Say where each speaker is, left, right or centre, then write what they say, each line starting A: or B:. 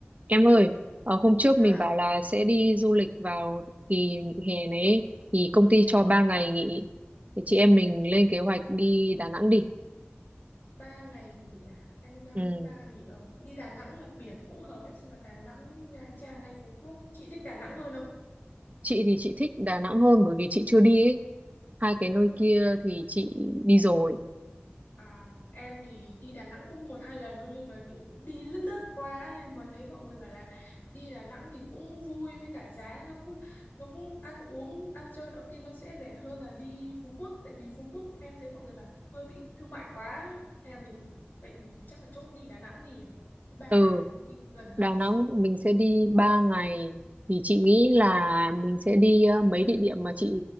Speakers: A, on the right; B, on the left.
A: Em ơi, ờ, hôm trước
B: Dạ,
A: mình bảo là sẽ đi du lịch vào kỳ nghỉ hè này ấy, thì công ty
B: dạ,
A: cho 3 ngày nghỉ. Thì chị em mình lên kế hoạch đi Đà Nẵng đi.
B: ba ngày nghỉ à? Em đang
A: Ừ.
B: nghĩ ba nghỉ ở đi Đà Nẵng là biển cũng hợp đấy, xem là Đà Nẵng, Nha Trang hay Phú Quốc. Chị thích Đà Nẵng hơn không?
A: Chị thì chị thích Đà Nẵng hơn bởi vì chị chưa đi ấy. Hai cái nơi
B: Đúng rồi.
A: kia thì chị đi rồi.
B: À, em thì đi Đà Nẵng cũng một hai lần thôi nhưng mà kiểu đi lướt lướt qua ấy, mà thấy mọi người bảo là đi Đà Nẵng thì cũng vui với cả giá nó cũng nó cũng ăn uống ăn chơi nó kia nó sẽ rẻ hơn là đi Phú Quốc tại vì Phú Quốc em thấy mọi người bảo hơi bị thương mại quá hay là mình vậy thì mình chắc là chốt đi Đà Nẵng đi ba
A: Ừ.
B: ngày mà đi gần gần
A: Đà Nẵng
B: xíu
A: mình sẽ đi ba ngày thì chị nghĩ là mình sẽ đi ờ, mấy địa điểm mà chị